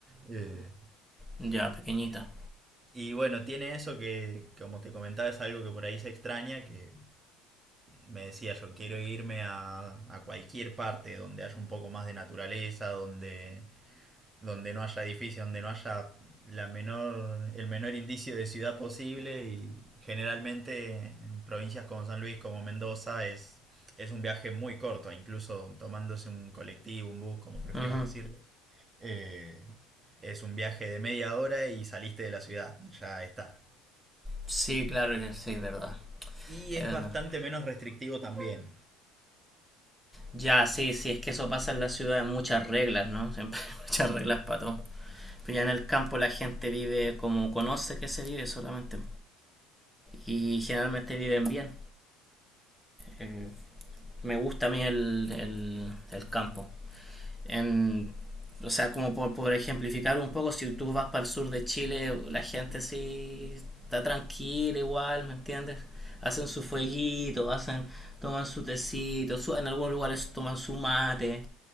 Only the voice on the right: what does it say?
Eh,
y bueno, tiene eso que, como te comentaba, es algo que por ahí se extraña, que me decía yo quiero irme a, a cualquier parte donde haya un poco más de naturaleza, donde donde no haya edificios, donde no haya la menor, el menor indicio de ciudad posible y generalmente en provincias como San Luis, como Mendoza, es, es un viaje muy corto, incluso tomándose un colectivo, un bus, como prefieras
decirlo. Eh, es un viaje de media hora y saliste de la ciudad, ya está.
Y
es
bastante menos restrictivo también.